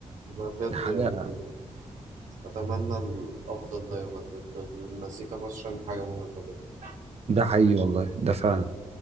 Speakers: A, on the right (about 80°); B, on the right (about 50°).
A: والله بجد
B: حاجة
A: يعني أتمنى الأفضل دايما لل- للمزيكا في مصر عشان حاجة مهمة جدا
B: ده حقيقي والله ده فعلا